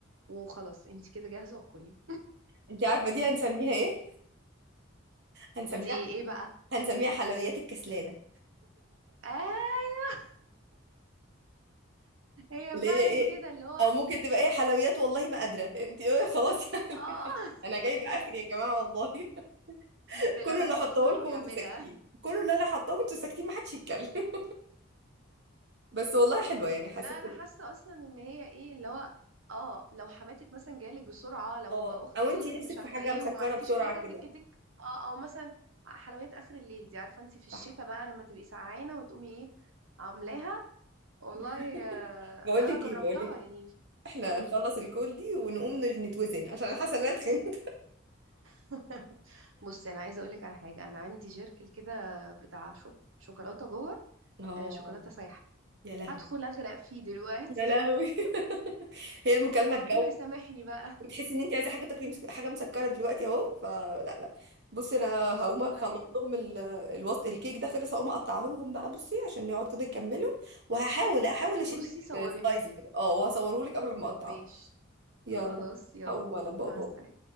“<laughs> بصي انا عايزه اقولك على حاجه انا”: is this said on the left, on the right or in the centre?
Right